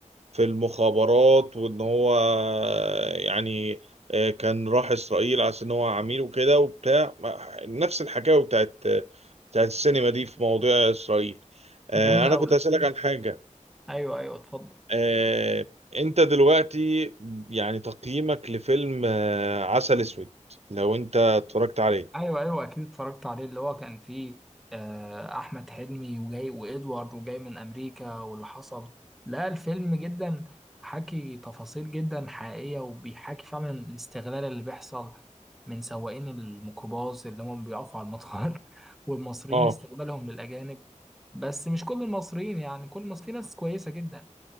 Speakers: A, on the right; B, in the centre.
A: في المخابرات وان هو آه، يعني آه، كان راح اسرائيل عشان ان هو عميل وكده وبتاع نفس الحكايه بتاعت بتاعت السينما دي في مواضيع اسرائيل آه،
B: جميل
A: انا
B: قوي
A: كنت هسألك عن حاجه
B: ايوه ايوه اتفضل
A: آه، انت دلوقتي يعني تقييمك لفيلم آه، عسل اسود لو انت اتفرجت عليه
B: ايوه ايوه اكيد اتفرجت عليه اللي هو كان فيه آه، احمد حلمي وجاي وادوارد وجاي من امريكا واللي حصل لا الفيلم جدا حكي تفاصيل جدا حقيقيه وبيحكي فعلا الاستغلال اللي بيحصل من سواقين الميكروباص اللي هم بيقفوا على المطار <laughs> والمصريين
A: اه
B: استغلالهم للاجانب بس مش كل المصريين يعني كل المصريين في ناس كويسه جدا